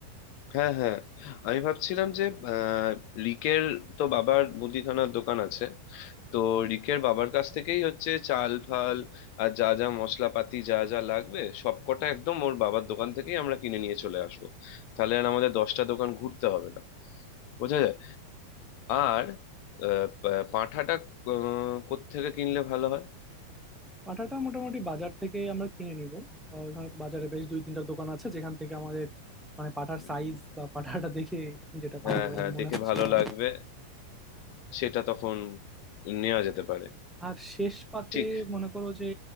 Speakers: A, on the left; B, in the centre.
A: হ্যাঁ হ্যাঁ আমি ভাবছিলাম যে আহ, রিকের তো বাবার মুদিখানার দোকান আছে তো রিকের বাবার কাছ থেকেই হচ্ছে চাল ফাল আর যা যা মশলাপাতি যা যা লাগবে সবকটা একদম ওর বাবার দোকান থেকেই আমরা কিনে নিয়ে চলে আসবো তাহলে আর আমাদের দশটা দোকান ঘুরতে হবে না বোঝা যায় আর আহ, পা- পাঁঠাটা আহ, কোত্থেকে কিনলে ভালো হয়
B: পাঠাটা মোটামুটি বাজার থেকে আমরা কিনে নিব আহ, ওখানে তো বাজারে বেশ দুই তিনটা দোকান আছে যেখান থেকে আমাদের মানে পাঠার
A: উম,
B: সাইজ বা পাঠাটা দেখে যেটা
A: হ্যাঁ
B: ভালো
A: হ্যাঁ
B: আমার মনে
A: দেখে
B: হয়
A: ভালো
B: সেটা
A: লাগবে সেটা তখন নেওয়া যেতে পারে
B: আর শেষ পাতে
A: ঠিক
B: মনে করো যে